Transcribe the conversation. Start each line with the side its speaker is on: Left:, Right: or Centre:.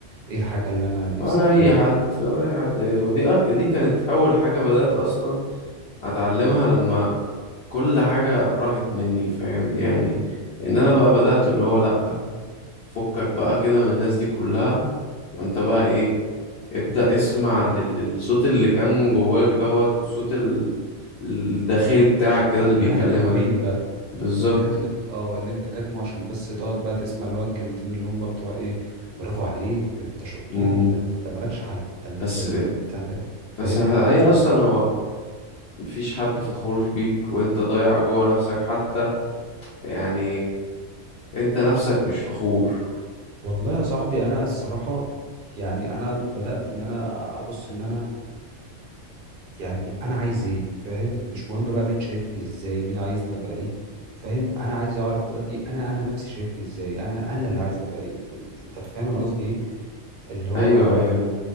Right: ايه الحاجه اللي انا نفسي
Left: ولا
Right: فيها
Left: اي حد ولا اي حد ودي أك... دي كانت اول حاجة بدأت اصلا اتعلمها لما كل حاجة راحت مني فاهم يعني ان انا بقى بدأت اللي هو لأ فكك بقى كده من الناس دي كلها وانت بقى ايه ابدأ اسمع لل- للصوت اللي كان جواك دوت والصوت ال- الداخلي بتاعك كده اللي
Right: اللي
Left: بيكلمك
Right: احنا كاتمينه
Left: ده
Right: ده
Left: بالظبط
Right: اللي احنا اه اللي انت كاتمه عشان بس تقعد بقى تسمع اللي هو الكلمتين اللي هم بتوع ايه برافو عليك انت شطور
Left: مم.
Right: ده انت مالكش حل ده انت
Left: بس
Right: انت انت على- إيه؟ فاهم
Left: بس ه- هي
Right: ف
Left: اصلا هو مفيش حد فخور بيك وانت ضايع جوا نفسك حتى يعني انت نفسك مش فخور
Right: والله يا صاحبي انا الصراحة يعني انا بدأت ان انا ابص ان انا يعني انا عايز ايه فاهم مش مهم بقى مين شايفني ازاي مين عايزني ابقى ايه فاهم انا عايز اعرف دلوقتي انا انا نفسي شايفني ازاي انا انا اللي عايز ابقى ايه انت أنت فاهم انا قصدي ايه اللي هو
Left: ايوه ايوه